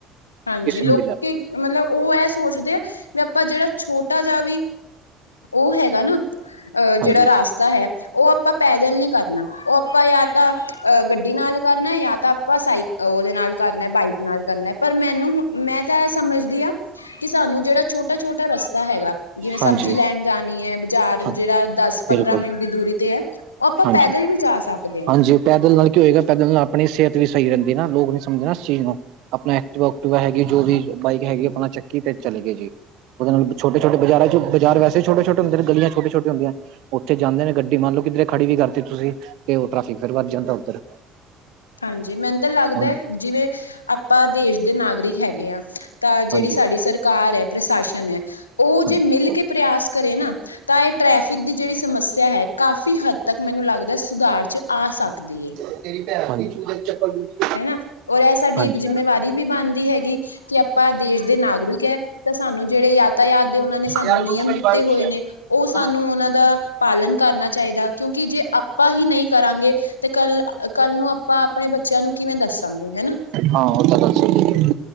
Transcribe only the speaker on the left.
ਹਾਂਜੀ,
ਲੋਕੀ
ਮਤਲਬ ਉਹ ਇਹ ਸੋਚਦੇ ਆ ਵੀ ਆਪਾਂ ਜਿਹੜਾਂ ਛੋਟਾਂ ਜਿਹਾਂ ਵੀ, ਉਹ ਹੈਗਾ ਨਾ ਅਹ
ਜਿਹੜਾਂ ਰਾਸਤਾ
ਹੈ ਉਹ ਆਪਾਂ ਪੈਦਲ ਨੀ ਕਰਨਾ ਉਹ ਆਪਾਂ ਜਾ ਤਾ ਅ ਗੱਡੀ ਨਾਲ਼ ਕਰਨਾ ਜਾ ਤਾ ਆਪਾਂ ਸਾਈਕ ਉਹਦੇ ਨਾਲ਼ ਕਰਨਾ ਬਾਈਕ ਨਾਲ਼ ਕਰਨਾ। ਪਰ ਮੈਨੂੰ ਮੈ ਤਾਂ ਇਹ ਸਮਝਦੀ ਹਾਂ ਕਿ ਸਾਨੂੰ ਜਿਹੜਾਂ ਛੋਟਾ ਛੋਟਾ ਰਸਤਾ ਹੈਗਾ, ਜਿਵੇਂ
ਸਬਜ਼ੀ ਲੈਣ ਜਾਣੀਆ ਹੈ ਬਜ਼ਾਰ ਜਿਹੜਾਂ
ਦਸ ਪੰਦਰਾਂ
ਮਿੰਟ ਦੀ ਦੂਰੀ ਤੇ ਹੈ। ਉਹ ਆਪਾਂ
ਪੈਦਲ ਵੀ ਜਾਂ ਸਕਦੇ ਹਾਂ।
ਹਾਂਜੀ, ਮੈਨੂੰ ਤਾਂ ਲੱਗਦਾ
ਜਿਵੇਂ ਆਪਾਂ ਦੇਸ਼ ਦੇ ਨਾਗਰਿਕ ਹੈਗੇ ਐ, ਤਾਂ
ਜਿਹੜੀ ਸਾਡੀ ਸਰਕਾਰ ਹੈ ਪ੍ਰਸ਼ਾਸਨ ਹੈ ਉਹ
ਜੇ ਮਿਲ ਕੇ ਪਰਿਆਸ ਕਰੇ ਨਾ, ਤਾਂ ਇਹ ਟ੍ਰੈਫਿਕ ਦੀ ਜਿਹੜੀ ਸਮੱਸਿਆ ਹੈ ਕਾਫ਼ੀ ਹੱਦ ਤੱਕ ਮੈਨੂੰ ਲੱਗਦਾ ਸੁਧਾਰ ਚ ਆ ਸਕਦੀ ਹੈ।
ਹੈਨਾ ਔਰ ਇਹ ਸਾਡੀ
ਇੱਕ ਜਿੰਮੇਵਾਰੀ ਵੀ ਬਣਦੀ ਹੈਗੀ ਕਿ ਆਪਾਂ ਦੇਸ਼ ਦੇ ਨਾਗਰਿਕ ਹੈ, ਤਾਂ ਸਾਨੂੰ ਜਿਹੜੇ ਯਾਤਾਯਾਤ ਦੇ ਉਹਨਾਂ ਨੇ ਸਾਨੂੰ
ਨਿਯਮ ਦਿੱਤੇ
ਹੋਏ ਨੇ ਉਹ ਸਾਨੂੰ ਉਹਨਾਂ ਦਾ, ਪਾਲਣ ਕਰਨਾ ਚਾਹੀਦਾ ਕਿਉਂਕਿ ਜੇ ਆਪਾਂ ਹੀ ਨਹੀਂ ਕਰਾਂਗੇ, ਤੇ ਕੱਲ੍ਹ ਕੱਲ੍ਹ ਨੂੰ ਆਪਾਂ ਆਪਣੇ ਬੱਚਿਆਂ ਨੂੰ, ਕਿਵੇਂ ਦੱਸਾਂ ਹੈਨਾ,